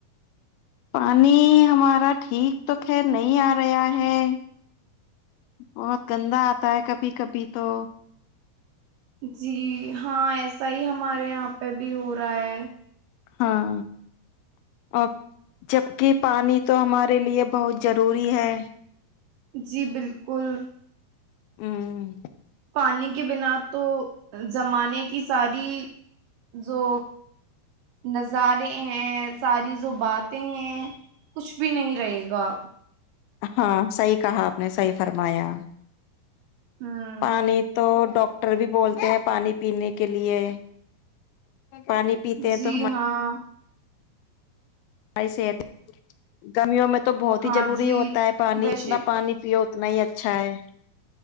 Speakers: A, on the left; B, on the right.
A: پانی ہمارا ٹھیک تو خیر نہیں آ رہا ہے بہت گندا آتا ہے کبھی کبھی تو
B: جی ہاں ایسا ہی ہمارے یہاں پہ بھی ہو رہا ہے
A: ہاں ا جبک پانی تو ہمارے لیے بہت ضروری ہے
B: جی بالکل
A: ہوں
B: پانی کی بنا تو زمانے کی ساری جو نظارے ہیں ساری جو باتیں ہیں کچھ بھی نہیں رہے گا
A: ہاں صحیح کہا آپ نے صحیح فرمایا
B: ہوں
A: پانی تو ڈاکٹر بھی بولتے ہیں پانی پینے کے لیے پانی پیتے ہیں
B: جی
A: تو ہم
B: ہاں
A: ہم میوں میں تو بہت
B: ہاں
A: ہی ضروری
B: جی
A: ہوتا ہے پانی
B: ویسے
A: اتنا پانی پیو اتنا ہی اچھا ہے